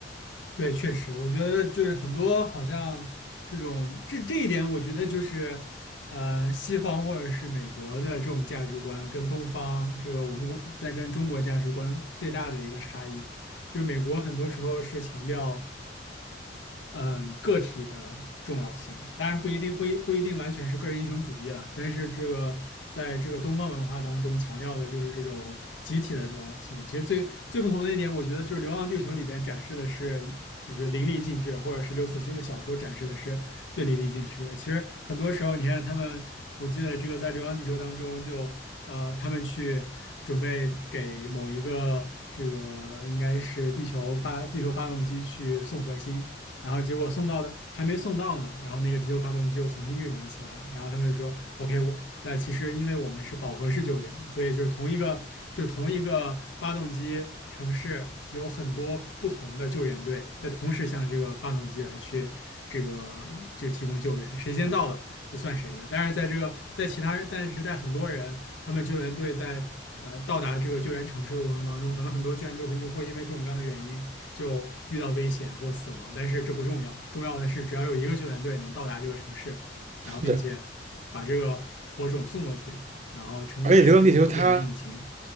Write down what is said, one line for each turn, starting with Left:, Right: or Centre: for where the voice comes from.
Left: 对，确实，我觉得就是很多好像这种这这一点，我觉得就是，呃，西方或者是美国的这种价值观跟东方这个我们国在跟中国价值观最大的一个差异。就是美国很多时候是强调。嗯，个体的重要性，当然不一定不一不一定完全是个人英雄主义啦。但是这个在这个东方文化当中强调的就是这种集体的重要性。其实最最不同的一点，我觉得就是《流浪地球》里边展示的是就是淋漓尽致，或者是刘慈欣的小说展示的是最淋漓尽致的。其实很多时候，你看他们。我记得这个在《流浪地球》当中就，呃，他们去准备给某一个这个应该是地球发地球发动机去送核心，然后结果送到的还没送到呢，然后那个地球发动机又重新运转起来了，然后他们就说，OK，我那其实因为我们是饱和式救援，所以就是同一个就同一个发动机城市有很多不同的救援队在同时向这个发动机来去这个这提供救援，谁先到了。这算谁的？当然，在这个在其他在时代，很多人他们救援队在呃到达这个救援城市的过程当中，可能很多救援队会因会因为各种各样的原因就遇到危险或死亡，但是这不重要，重要的是只要有一个救援队能到达这个城市，
Right: 是的，
Left: 然后并且把这个火种送过去，然后成功点成功点燃引擎，
Right: 而且《流浪地球》它